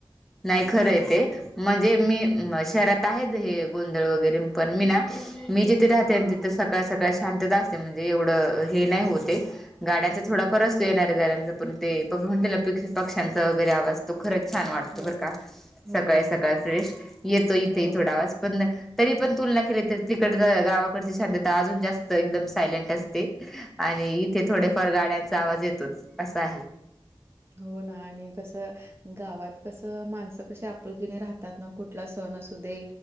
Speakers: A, in the centre; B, on the right.
A: नाही खरं आहे ते म्हणजे मी शहरात आहे हे गोंधळ वगैरे पण मी ना मी जिथे राहते आणि तिथे सकाळ सकाळ शांतता असते. म्हणजे एवढं हे नाही होते. गाड्याचा थोडा
B: हां.
A: फार येणाऱ्या-जाणाऱ्याचं पण ते तुम्ही म्हणले ना पक्ष्यांचा वगैरे आवाज तो खरंच छान वाटतोय.
B: हो
A: बर का
B: हो
A: सकाळी सकाळी फ्रेश येतो इथे
B: हो
A: थोडा आवाज पण तरी पण तुलना केली तर तिकड गावाकडची शांतता अजून जास्त एकदम सायलेंट असते. आणि इथे थोडेफार गाड्यांचा आवाज येतोच अस आहे.
B: हो ना आणि कसं गावात कस माणसं कशी आपुलकीने राहतात ना कुठला सण असू दे